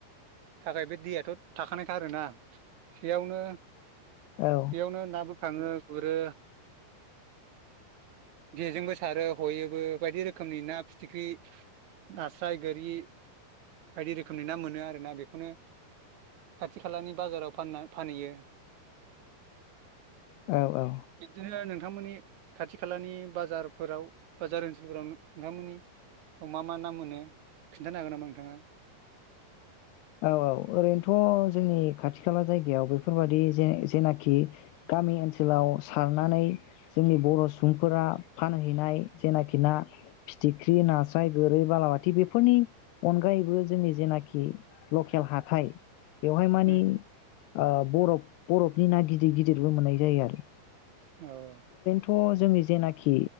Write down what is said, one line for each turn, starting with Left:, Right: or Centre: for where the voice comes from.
Right: थाखाय बे दैयाथ' थाखानायखा आरोना बेयावनो
Left: औ
Right: बेयावनो नाबो <unintelligible> गुरो, जे जोंबो सारो हयोबो बायदि रोखोमनि ना फिथिग्रि नास्राय, गोरि बायदि रोखोमनि ना मोनो आरो ना, बेखौनो खाथि- खालानि बाजाराव फाना -फानोहैयो।
Left: औ औ
Right: बिबदिनो <unintelligible> नोंथांमोननि खाथि -खालानि बाजारफोराव बाजार ओनसोलफोराव नो-नोंथांमोननि मा मा ना मोनो खिन्थानो हागोन नामा नोंथांङा?
Left: औ, औ ओरैनोथ' जोंनि खाथि -खाला जायगायाव बेफोरबादि जे-जेनाखि गामि ओनसोलाव सारनानै जोंनि बर' सुबुंफोरा फानहैनाय जेनाखि ना फिथिग्रि, नास्राय, गोरै बालाबाथि बेफोरनि अनगायैबो जोंनि जेनाखि लकेल हाथाय बेवहाय मानि
Right: उम
Left: आ बरफ -बरफनि ना गिदिर गिदिरबो मोननाय जायो आरो
Right: औ औ।
Left: थ' जोंनि जेनाखि